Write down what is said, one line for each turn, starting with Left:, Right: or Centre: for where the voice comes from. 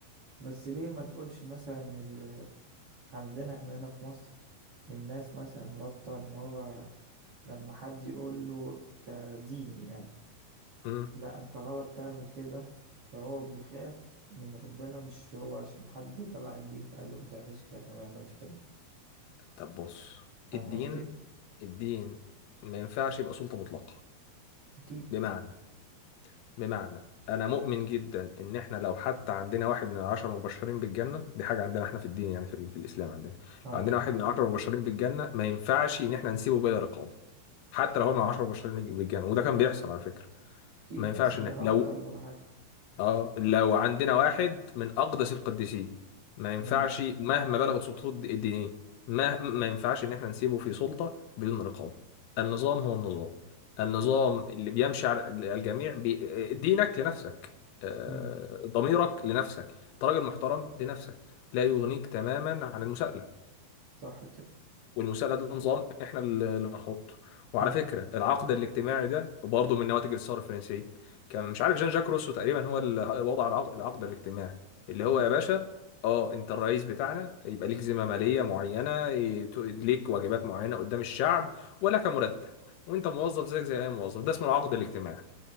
Right: بس ليه ما تقولش مثلا ال... عندنا احنا هنا في مصر الناس مثلا رابطة ان هو لما حد يقول له كديني يعني
Left: مم.
Right: لا انت غلط تعمل كده فهو بيخاف من ربنا مش هو عشان حد تبع الدين فقال له ما تعملش كده فما يعملش كده
Left: طب بص
Right: فاهم
Left: الدين
Right: مم. قصدي
Left: الدين ما ينفعش يبقى سلطة مطلقة
Right: اكيد
Left: بمعنى بمعنى انا مؤمن جدا ان احنا لو حتى عندنا واحد من العشرة مبشرين بالجنة دي حاجة عندنا احنا في الدين يعني في, ال- في الاسلام عندنا
Right: اه
Left: لو عندنا واحد من العشرة مبشرين بالجنة ما ينفعش ان احنا نسيبه بلا رقابة حتى لو هو من العشرة مبشرين بالجنة وده كان بيحصل على فكرة
Right: اكيد
Left: ما ينفعش
Right: احسن
Left: ان
Right: يهرطل
Left: لو
Right: ولا حاجه
Left: اه لو عندنا واحد من اقدس القديسين ما ينفعش
Right: امم
Left: مهما بلغت سلطته الد- الدينيه ما ما ينفعش ان احنا نسيبه في سلطه بدون رقابه النظام هو النظام النظام
Right: فاهم
Left: اللي بيمشي على ال- الجميع بي... دينك لنفسك آه،
Right: امم
Left: ضميرك لنفسك انت راجل محترم لنفسك لا يغنيك تماما عن المساءله
Right: صح كده
Left: والمساءله ده نظام احنا اللي هنحطه وعلى
Right: امم
Left: فكره العقد الاجتماعي ده برضه من نواتج الثوره الفرنسيه كان مش عارف جان جاك روسو تقريبا هو اللي وضع العقد, العقد الاجتماعي اللي هو
Right: امم
Left: يا باشا اه انت الرئيس بتاعنا يبقى ليك ذمه ماليه معينه يت- ليك واجبات معينه قدام الشعب ولك مرتب وانت موظف زيك زي اي موظف ده اسمه العقد الاجتماعي